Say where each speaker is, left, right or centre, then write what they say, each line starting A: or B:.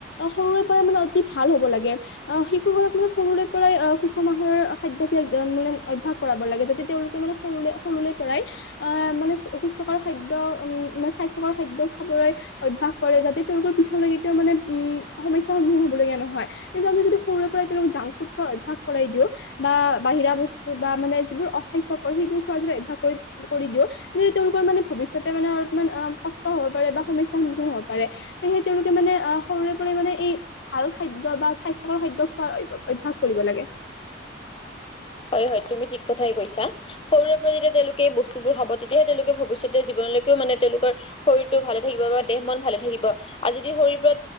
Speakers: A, on the left (about 70°); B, on the left (about 30°).
A: সৰুৰে পৰাই মানে অতি ভাল হব লাগে অ শিশু ঘক মানে সৰুৰে পৰাই সুষম আহাৰৰ। খাদ্যভিয়াখ মানে অভ্যায়াস কৰাব লাগে যাতে তেওঁলোকে মানে সৰুলে সৰুৰে পৰাই আহ মানে অসুস্থকৰ খাদ্য উ মানে স্বাস্থকাৰ খাদ্য খাবলৈ অভ্যয়াস কৰে যাতে তেওঁলোকৰ পিছলৈকে তেওঁ মানে। উম সমস্যা সন্মুখীন হবলগীয়া নহয় কিন্তু আমি যদি সৰুৰে পৰাই তেওঁলক জাংক ফুড অভ্যাস কৰাই দিওঁ। বা বাহিৰা বস্তু বা মানে যিবোৰ অস্বাস্থকৰ সেইবোৰ খোৱা যদি অভ্যায়াস কৰি কৰি দিও। যে তেওঁলোকৰ মানে ভৱিষ্যতে মানে অলপমান অ কষ্ট হ'ব পাৰে বা সম্যাৰ সন্মুখীন হ'ব পাৰে সেয়ে তেওঁলোকে মানে। সৰুৰে পৰা মানে এই ভাল খাদ্য বা স্বাস্থ্যকৰ খাদ্য খোৱাৰ অভ্যাস কৰিব লাগে। <inaudible>
B: হয় তুমি ঠিক কৈছা সৰুৰে পৰা যেতিয়া তেওঁলোকে বস্তুবোৰ খাব তেতিয়াহে তেওঁলোকে ভৱিষ্যতে জীৱনলৈকে মানে তেওঁলোকৰ শৰীৰটো ভালে থাকিব বা দেহ মন ভালে থাকিব আজি দি শৰীৰ পৰা